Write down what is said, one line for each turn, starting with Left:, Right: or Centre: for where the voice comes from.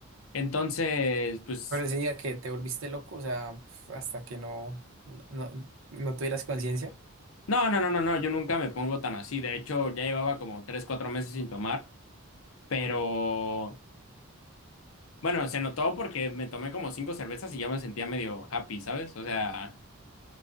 Left: Entonces, pues,
Right: Pero sí, a que te volviste loco, o sea, pf, hasta que no, no, no tuvieras conciencia,
Left: no, no, no, no, no, yo nunca me pongo tan así, de hecho ya llevaba como tres, cuatro meses sin tomar, pero... Bueno, se notó porque me tomé como cinco cervezas y ya me sentía medio happy, ¿sabes? O sea,